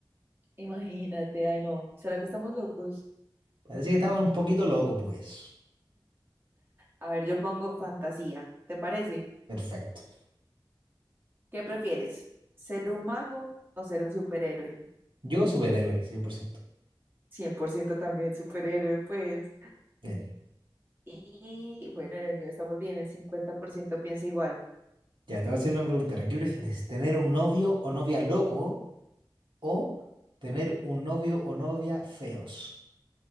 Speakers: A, on the right; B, on the right.
A: Imagínate, ay, no. ¿Será que estamos locos?
B: Parece que estamos un poquito locos, pues.
A: A ver, yo pongo fantasía. ¿Te parece?
B: Perfecto.
A: ¿Qué prefieres? ¿Ser un mago o ser un superhéroe?
B: Yo, superhéroe, cien por ciento
A: 100% también superhéroe, pues.
B: Bien.
A: Y bueno, en el mío estamos bien, el 50% piensa igual.
B: Ya, te voy a hacer una pregunta. ¿Qué prefieres? ¿Tener un novio o novia loco o tener un novio o novia feos?